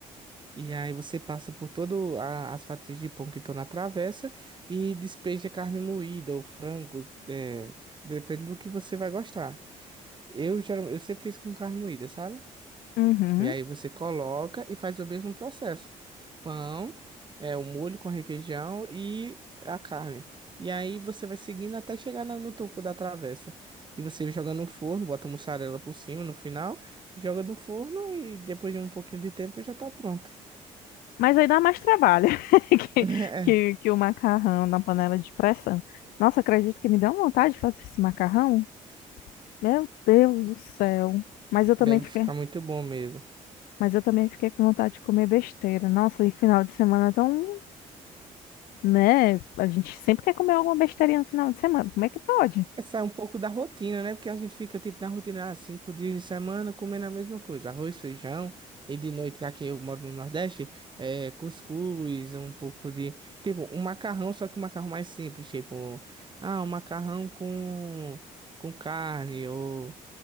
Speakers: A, on the right (about 30°); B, on the left (about 85°).
A: E aí você passa por todas as fatias de pão que estão na travessa e despeja carne moída ou frango, é, depende do que você vai gostar. Eu, geralmente, eu sempre fiz com carne moída, sabe?
B: uhum.
A: E aí você coloca e faz o mesmo processo. Pão, é, o molho com requeijão e a carne. E aí você vai seguindo até chegar na- no topo da travessa. E você joga no forno, bota mussarela por cima no final, joga no forno e depois de um pouquinho de tempo já tá pronto.
B: Mas aí dá mais trabalho <laughs> que,
A: <laughs>
B: que, que o macarrão na panela de pressão. Nossa, acredito que me deu uma vontade de fazer esse macarrão. Meu Deus do céu. Mas eu também
A: Deve
B: fiquei,
A: ficar muito bom mesmo.
B: mas eu também fiquei com vontade de comer besteira. Nossa, e final de semana é tão, né? A gente sempre quer comer alguma besteirinha no final de semana. Como é que pode?
A: É sair um pouco da rotina, né? Porque a gente fica tipo na rotina, ah, cinco dias de semana comendo a mesma coisa, arroz, feijão, e de noite aqui eu moro no Nordeste, é cuscuz, um pouco de. Tipo, um macarrão, só que um macarrão mais simples, tipo, ah, um macarrão com, com carne, ou.